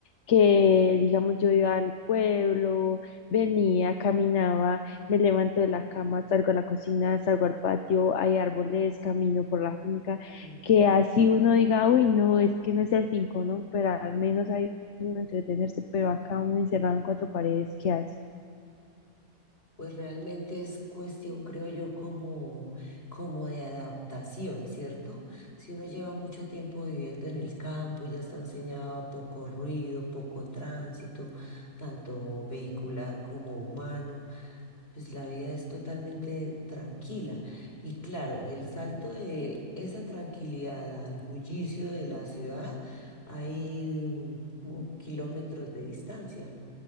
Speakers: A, on the left; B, on the left.
A: que, digamos, yo iba al pueblo, venía, caminaba, me levanto de la cama, salgo a la cocina, salgo al patio, hay árboles, camino por la finca,
B: Ujú.
A: que así uno diga, uy, no, es que no es el finco, ¿no? Pero al menos hay uno entretenerse, pero acá uno encerrado en cuatro paredes, ¿qué hace?
B: Pues realmente es cuestión, creo yo, como, como de adaptación, ¿cierto? Si uno lleva mucho tiempo viviendo en el campo, ya está enseñado a poco ruido, poco tránsito, tanto vehicular como humano, pues la vida es totalmente tranquila. Y claro, del salto de esa tranquilidad al bullicio de la ciudad, hay mm, kilómetros de distancia.